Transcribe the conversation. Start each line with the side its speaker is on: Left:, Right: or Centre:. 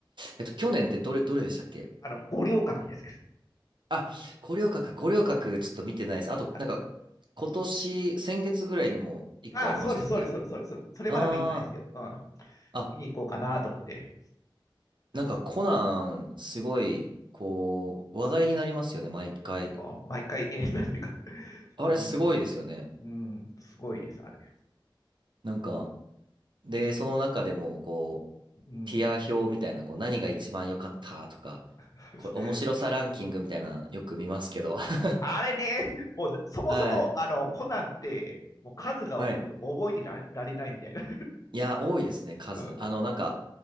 Right: えっと、去年ってどれ、どれでしたっけ
Left: あの、五稜郭です。
Right: あ、五稜郭か、五稜郭ちょっと見てないです。あと、
Left: あ、
Right: なんか、今年、先月ぐらいにも一個ありましたよね。
Left: あそうです、そうです、そうです、そうです。そそれまだ見てないんですよ。
Right: あ
Left: うん。
Right: あ、あ、
Left: 見に行こうかなと思って。
Right: な、なんかコナン、すごい、こう、話題になりますよね、毎回。
Left: あ毎回ね、<laughs> なんていうか。
Right: あれすごいですよね。
Left: うん、うん、すごいです、あれ。
Right: なんか、で、その中でも、こう、
Left: うん。
Right: ティア表みたいな、こう、何が一番良かったとか、
Left: <laughs>
Right: これ、面白さランキングみたいな、よく見ますけど。<laughs>
Left: あれね、もう、そもそも、
Right: はい。
Left: あの、コナンって、もう数が多くて覚えてら、
Right: はい。
Left: られないみたいな。
Right: いや、多いですね、数。
Left: <laughs> うん。
Right: あの、なんか、